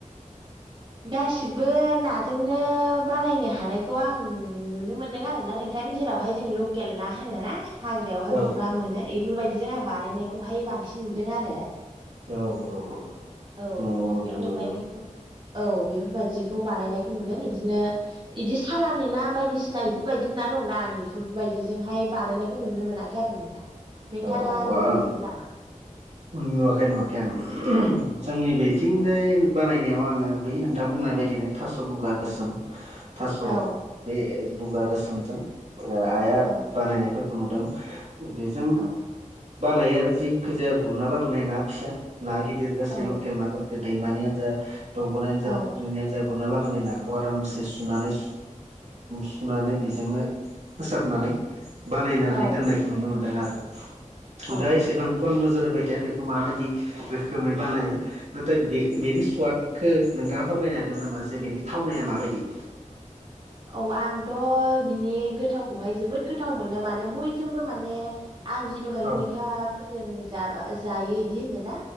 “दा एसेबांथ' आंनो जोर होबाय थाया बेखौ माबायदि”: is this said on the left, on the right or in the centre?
Right